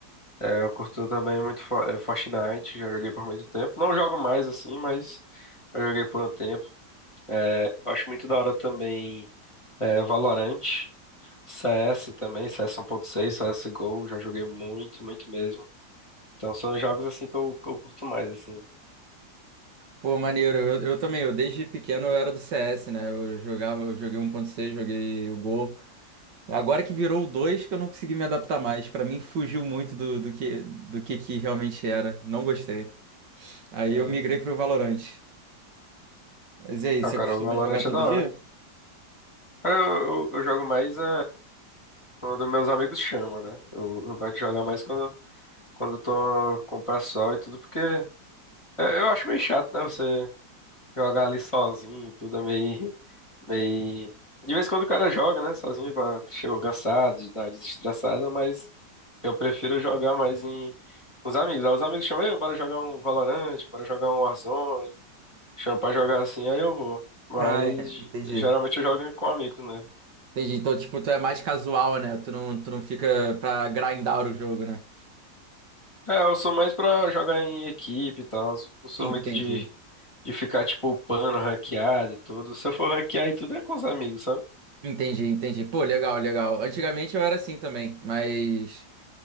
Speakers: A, on the left; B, on the right.
A: É, eu curto também muito Fo- é, Fortnite, já joguei por muito tempo. Não jogo mais assim, mas eu joguei por um tempo. É, eu acho muito da hora também é, Valorant, CS também, CS 1.6, CSGO, já joguei muito, muito mesmo. Então são os jogos assim que eu, que eu curto mais, assim.
B: Pô, maneiro, eu, eu também, eu desde pequeno eu era do CS, né? Eu jogava, eu joguei um. 1.6, joguei o Gol. Agora que virou o 2 que eu não consegui me adaptar mais. Pra mim fugiu muito do, do que, do que que realmente era. Não gostei. Aí
A: É.
B: eu migrei pro Valorant. Mas e aí, você
A: Ah, cara,
B: costuma
A: o Valorant
B: jogar todo
A: é da hora.
B: dia?
A: Cara, Eu, eu, eu jogo mais. É... Quando meus amigos chamam, né? Eu, eu gosto de jogar mais quando, quando eu tô com o pessoal e tudo, porque é, eu acho meio chato, né? Você jogar ali sozinho e tudo é meio, meio... De vez em quando o cara joga, né? Sozinho, pra- chegou cansado, de dar uma desestressada, mas eu prefiro jogar mais em... com os amigos. Aí os amigos chamam, "Ei, bora jogar um Valorant, bora jogar um Warzone, chamam pra jogar assim, aí eu vou. Mas
B: Ah, é, entendi.
A: geralmente eu jogo com amigos, né?
B: Entendi. Então, tipo, tu é mais casual, né? Tu não, tu não fica pra grindar o jogo, né?
A: É, eu sou mais pra jogar em equipe e tal. Não sou
B: Entendi.
A: muito de, de ficar, tipo, upando, ranqueado e tudo. Se eu for ranquear e tudo é com os amigos, sabe?
B: Entendi, entendi. Pô, legal, legal. Antigamente eu era assim também, mas